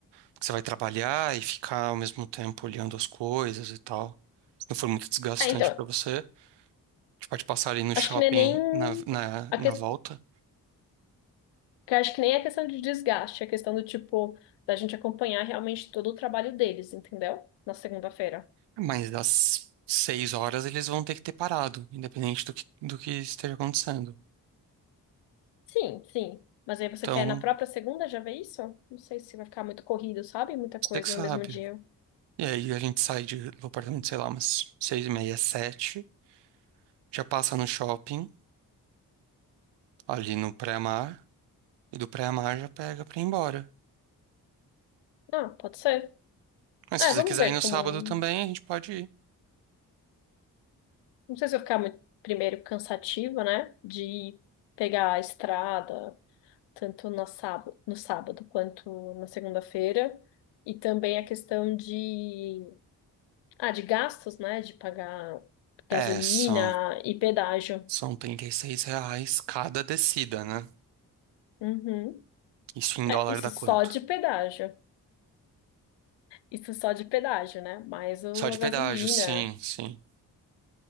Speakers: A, on the right; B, on the left.
A: Porque você vai trabalhar e ficar ao mesmo tempo olhando as coisas e tal. Se não for muito desgastante
B: Ah, então,
A: para você, a gente pode passar ali no
B: acho
A: shopping
B: que não é nem
A: na, na,
B: a
A: na
B: que...
A: volta.
B: que Acho que nem é questão de desgaste, é questão do tipo da gente acompanhar realmente todo o trabalho deles, entendeu? Na segunda-feira.
A: Mas às seis horas eles vão ter que ter parado, independente do que, do que esteja acontecendo.
B: Sim, sim. Mas aí você
A: Então,
B: quer na própria segunda já ver isso? Não sei se vai ficar muito corrido, sabe? Muita
A: você
B: coisa
A: que sabe.
B: no mesmo dia.
A: E aí a gente sai de- do apartamento, sei lá, umas seis e meia, sete, já passa no shopping, ali no pré-mar, e do pré-mar já pega pra ir embora.
B: Ah, pode ser.
A: Mas
B: É,
A: se
B: vamos
A: você quiser
B: ver
A: ir no sábado
B: como.
A: também, a gente pode ir.
B: Não sei se vai ficar muito, primeiro, cansativa, né? De pegar a estrada, tanto no sábado, no sábado quanto na segunda-feira. E também a questão de. Ah, de gastos, né? De pagar gasolina
A: É, são,
B: e pedágio.
A: são 36 reais cada descida, né?
B: Uhum.
A: Isso em
B: É,
A: dólar
B: isso
A: dá quanto?
B: só de pedágio. Isso só de pedágio, né? Mais o,
A: Só de
B: a
A: pedágio,
B: gasolina,
A: sim, sim.